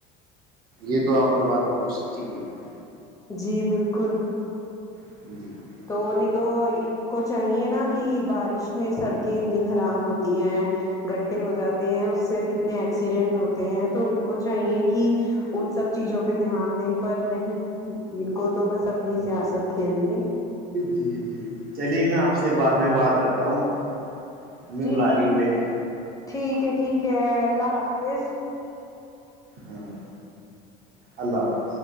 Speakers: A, on the right; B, on the left.
A: یہ تو آپ نے بات بالکو سچی گئی ہے
B: جی بالکل
A: <unintelligible>
B: تو نہیں تو ان کو چاہیے نا کہ بارش میں سڑکیں اتنی خراب ہوتی ہیں گڈھے ہو جاتے ہیں اس سے کتنے ایکسیڈنٹ ہوتے ہیں تو ان کو چاہیے کہ ان سب چیزوں پہ دھیان دیں پر نہیں ان کو تو بس اپنی سیاست کھیلنی ہے
A: جی جی چلیے میں آپ سے بعد میں بات کرتا ہوں امی
B: جی
A: بلا رہی ہ میری
B: ٹھیک ہے ٹھیک ہے اللہ حافظ
A: ہوں اللہ حافظ